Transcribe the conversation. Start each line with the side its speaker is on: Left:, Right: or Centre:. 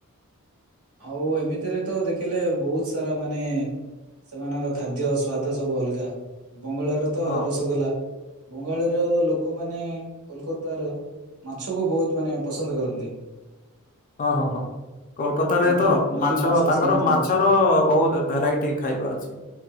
Right: ଆଉ ଏମିତିରେ ତ ଦେଖିଲେ ବହୁତ ସାରା ମାନେ ସେମାନଙ୍କର ଖାଦ୍ୟ, ସ୍ବାାଦ ସବୁ ଅଲଗା। ବଙ୍ଗଳାରେ ତ
Left: ହଁ
Right: ରସଗୋଲା। ବଙ୍ଗଳାର ଲୋକମାନେ କୋଲକାତାର ମାଛକୁ ବହୁତ ମାନେ ପସନ୍ଦ କରନ୍ତି।
Left: ହଁ -ହଁ -ହଁ। କୋଲକତାରେ
Right: ନଦୀ
Left: ତ,
Right: ନଦୀ
Left: ମାଛ ତାଙ୍କର
Right: ସମୁଦ୍ର
Left: ମାଛର
Right: ମାଛ
Left: ବହୁତ ଭେରାଇଟି ଖାଇବା ଅଛି।